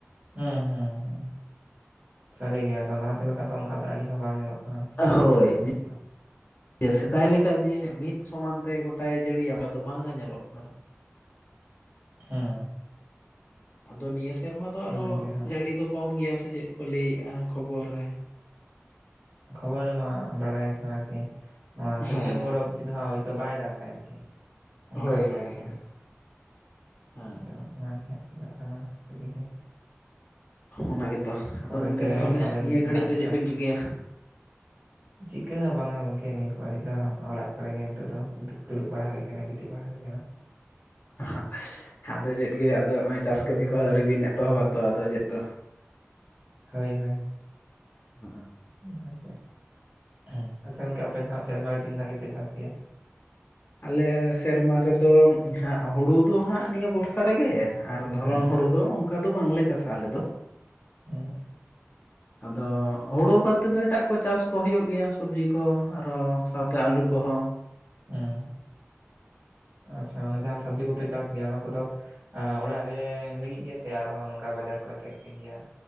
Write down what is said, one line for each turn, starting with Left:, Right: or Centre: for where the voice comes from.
Right: ᱦᱩᱸ ᱦᱩᱸ ᱦᱩᱸ ᱥᱟᱹᱨᱤ ᱜᱮ ᱟᱫᱚ ᱞᱟᱦᱟᱛᱮ ᱞᱮᱠᱟ ᱫᱚ ᱚᱝᱠᱟ ᱫᱚ ᱟᱹᱰᱤ ᱦᱚᱸ ᱵᱟᱝ ᱧᱮᱞᱚᱜ ᱠᱟᱱᱟ
Left: ᱦᱳᱭ
Right: ᱴᱷᱤᱠ ᱢᱚᱛᱚ
Left: ᱥᱮᱫᱟᱭ ᱞᱮᱠᱟ ᱡᱮ ᱢᱤᱫ ᱥᱚᱢᱟᱱ ᱛᱮ ᱜᱚᱴᱟᱭ ᱡᱟᱹᱲᱤᱭᱟ ᱚᱝᱠᱟ ᱫᱚ ᱵᱟᱝ ᱟᱸᱧᱮᱞᱚᱜ ᱠᱟᱱᱟ᱾
Right: ᱦᱩᱸ
Left: ᱟᱫᱚ ᱱᱤᱭᱟᱹ ᱥᱮᱨᱢᱟ ᱫᱚ ᱟᱨᱦᱚᱸ
Right: ᱚᱱᱟᱜᱮ ᱦᱟᱸᱜ
Left: ᱡᱟᱹᱲᱤ ᱫᱚ ᱠᱚᱢ ᱜᱮᱭᱟ ᱥᱮ ᱪᱮᱫ ᱠᱚ ᱞᱟᱹᱭᱮᱜ-ᱟ ᱠᱷᱚᱵᱚᱨ ᱨᱮ᱾
Right: ᱠᱷᱚᱵᱚᱨ ᱨᱮ ᱢᱟ ᱵᱟᱲᱟᱭ ᱠᱟᱱᱟ ᱠᱤ ᱱᱚᱣᱟ ᱥᱮᱯᱴᱮᱢᱵᱚᱨ
Left: ᱦᱮᱸ
Right: ᱚᱵᱫᱤ ᱫᱚ ᱦᱟ ᱵᱟᱭ ᱫᱟᱜᱟᱭ ᱛᱟᱦᱮᱫ ᱟᱨᱠᱤ ᱚᱱᱠᱟ
Left: ᱦᱳᱭ
Right: ᱜᱮ
Left: ᱦᱳᱭ
Right: ᱟᱨᱠᱤ
Left: ᱦᱳᱭ
Right: ᱦᱟᱸᱜ
Left: ᱦᱮᱸ᱾
Right: ᱟᱫᱚ᱾ ᱚᱱᱟ ᱜᱮ ᱦᱟᱸᱜ ᱪᱤᱠᱟᱜ ᱠᱟᱱᱟ ᱟᱹᱰᱤ ᱜᱮ᱾
Left: ᱚᱱᱟ ᱜᱮᱛᱚ, ᱟᱫᱚ
Right: ᱯᱚᱨᱮᱛᱮ
Left: ᱜᱚᱢᱠᱮ ᱛᱟᱦᱚᱞᱮ
Right: ᱯᱟᱞᱮᱱ
Left: ᱱᱤᱭᱟᱹ ᱜᱷᱟᱹᱲᱤᱡ
Right: ᱫᱟᱜ
Left: ᱫᱚ
Right: ᱠᱷᱟᱡ
Left: ᱪᱮᱫ ᱵᱤᱱ ᱪᱤᱠᱟᱹᱭᱟ᱾
Right: <inaudible> ᱪᱤᱠᱟᱹ ᱦᱚᱸ ᱵᱟᱝ-ᱟ ᱜᱚᱝᱠᱮ ᱱᱤᱛ ᱦᱟ. ᱨᱤᱡ ᱫᱚ ᱚᱲᱟᱜ ᱠᱚᱨᱮ ᱜᱮ ᱱᱤᱛᱚᱜ ᱫᱚ ᱫᱩᱲᱩᱵ ᱵᱟᱲᱟ ᱦᱩᱭ ᱟᱠᱟᱱᱟ, ᱜᱤᱛᱤᱡ ᱵᱟᱲᱟ ᱦᱩᱭ ᱟᱠᱟᱱᱟ᱾ ᱦ <inaudible>
Left: <inaudible> ᱟᱫᱚ ᱪᱮᱫ ᱜᱮ ᱟᱫᱚ ᱱᱚᱜᱼᱚᱭ ᱪᱟᱥ ᱠᱟᱹᱢᱤ ᱠᱚ ᱟᱹ ᱵᱤᱱ ᱮᱛᱚᱦᱚᱵᱟᱛᱚ ᱟᱫᱚ ᱪᱮᱫ ᱫᱚ᱾
Right: ᱦᱳᱭ ᱦᱳᱭ᱾
Left: <inaudible>
Right: <inaudible> ᱟᱪᱪᱷᱟ ᱜᱚᱝᱠᱮ ᱟᱯᱮ ᱫᱚ ᱥᱮᱨᱢᱟ ᱨᱮ ᱛᱤᱱ ᱫᱷᱟᱣ ᱜᱮ ᱯᱮ ᱪᱟᱥ ᱜᱮᱭᱟ᱾
Left: ᱟᱞᱮ ᱥᱮᱨᱢᱟ ᱨᱮᱫᱚ ᱦᱟᱸᱜ ᱦᱩᱲᱩ ᱫᱚ ᱦᱟᱸᱜ ᱱᱤᱭᱟᱹ ᱵᱚᱨᱥᱟ ᱨᱮᱜᱮ᱾ ᱟᱨ ᱫᱷᱚᱨᱚᱱ
Right: ᱦᱩᱸ
Left: ᱦᱩᱲᱩ ᱫᱚ ᱚᱱᱠᱟ ᱫᱚ ᱵᱟᱝᱞᱮ ᱪᱟᱥᱟ ᱟᱞᱮ ᱫᱚ᱾
Right: ᱦᱩᱸ
Left: ᱟᱫᱚ ᱦᱳᱲᱳ ᱵᱟᱫ ᱛᱮᱫᱚ ᱮᱴᱟᱜ ᱠᱚ ᱪᱟᱥ ᱠᱚ ᱦᱩᱭᱩᱜ ᱜᱮᱭᱟ, ᱥᱚᱵᱽᱡᱤ ᱠᱚ ᱟᱨᱚ ᱥᱟᱶᱛᱮ ᱟᱹᱞᱩ ᱠᱚᱦᱚᱸ᱾
Right: ᱦᱮᱸ ᱟᱪᱪᱷᱟ ᱚᱱᱮ ᱡᱟᱸᱦᱟᱸ ᱥᱚᱵᱡᱤ ᱠᱚᱯᱮ ᱪᱟᱥ ᱜᱮᱭᱟ, ᱚᱱᱟ ᱠᱚᱫᱚ ᱚᱲᱟᱜ ᱨᱮ ᱞᱟᱹᱜᱤᱫ ᱜᱮ ᱥᱮ ᱟᱨᱦᱚᱸ ᱱᱚᱝᱠᱟ ᱵᱟᱡᱟᱨ ᱠᱚᱨᱮ ᱯᱮ ᱟᱹᱠᱷᱨᱤᱧ ᱜᱮᱭᱟ᱾